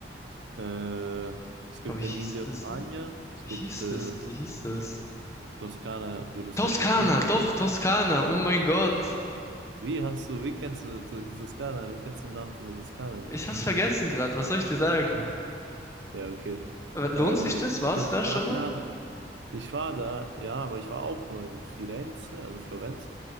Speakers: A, on the right; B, on the left.
A: Äh, es gibt
B: Aber wie hieß
A: Emilia-Romagna,
B: das?
A: es
B: Wie
A: gibt
B: hieß
A: äh,
B: das? Wie hieß das?
A: Toskana, würdest
B: Toskana,
A: du wahrscheinlich wissen.
B: doch, Toskana, oh mein Gott.
A: Wie hast du, wie kennst du die Toskana? Wie kennst du den Namen von der Toskana nicht?
B: Ich hab's vergessen gerade, was soll ich dir sagen?
A: Ja, okay.
B: Aber
A: Äh,
B: lohnt sich das? Warst
A: Toskana,
B: du da schon mal?
A: ich war da, ja, aber ich war auch nur in Firenze, also Florenz,